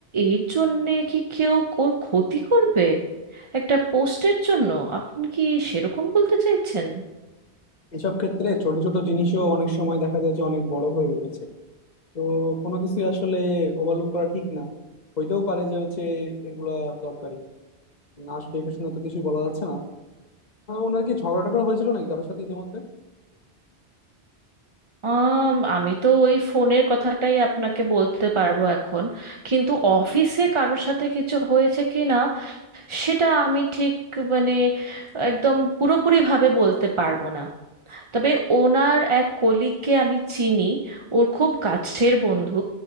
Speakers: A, on the right; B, on the left.
A: এর জন্যে কি কেউ ওর ক্ষতি করবে একটা পোস্টের জন্য আপনি কি সেরকম বলতে চাইছেন
B: এসব ক্ষেত্রে ছোট ছোট জিনিসও অনেক সময় দেখা যায় যে অনেক বড় হয়ে উঠেছে তো কোনো কিছু আসলে ওভারলুক করা ঠিক না হইতেও পারে যে হচ্ছে এগুলা দরকারি নাচ দেখে শুনে তো কিছুই বলা যাচ্ছে না আহ, ওনার কি ঝগড়া টগড়া হয়েছিল নাকি কারোর সাথে ইতিমধ্যে
A: আম, আমি তো ওই ফোনের কথাটাই আপনাকে বলতে পারবো এখন কিন্তু অফিসে কারোর সাথে কিছু হয়েছে কি না সেটা আমি ঠিক মানে একদম পুরোপুরিভাবে বলতে পারবো না তবে ওনার এক কলিগকে আমি চিনি ওর খুব কাছের বন্ধু